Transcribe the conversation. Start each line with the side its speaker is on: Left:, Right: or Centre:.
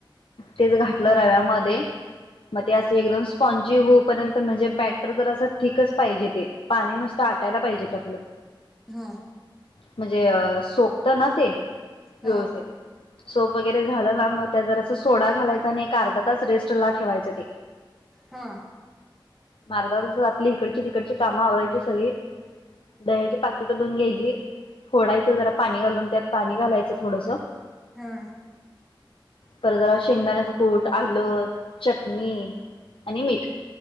Left: तेच घाटलं रव्यामध्ये मग ते असे एकदम स्पॉन्जी होऊपर्यंत म्हणजे बॅटर तर असं थिकच पाहिजे ते पाणी नुसतं आटायला पाहिजेत आपलं.
Centre: हा.
Left: म्हणजे अ सोपत ना ते व्यवस्थित
Centre: हा
Left: सोप वगैरे झालं ना मग त्या जर अस सोडा घालायचं आणि एक अर्धा तास रेस्ट ला ठेवायचं ते
Centre: हां.
Left: मग अर्धा तासात आपली इकडची तिकडची काम आवरायची सगळी दह्याची पाकिट धुवून घ्यायची फोडायचं जरा पाणी घालून त्यात पाणी घालायचं थोडस
Centre: हा.
Left: परत आणि शेंगदाण्याचं कूट आलं चटणी आणि मीठ